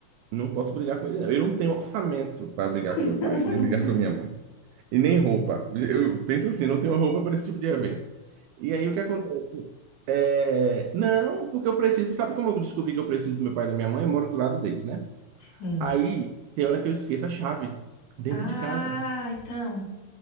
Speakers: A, on the right (about 85°); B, on the left (about 70°).
A: não posso brigar com ele, não. Eu não tenho orçamento para brigar
B: <laughs>
A: com meu pai, nem brigar com minha mãe, e nem roupa. Eu penso assim, não tenho roupa para esse tipo de evento. E aí o que acontece? É, não, porque eu preciso, sabe como eu descobri que eu preciso do meu pai e da minha mãe? Eu moro do lado deles, né?
B: Hum.
A: Aí tem hora que eu esqueço a chave dentro
B: Ah,
A: de casa.
B: então,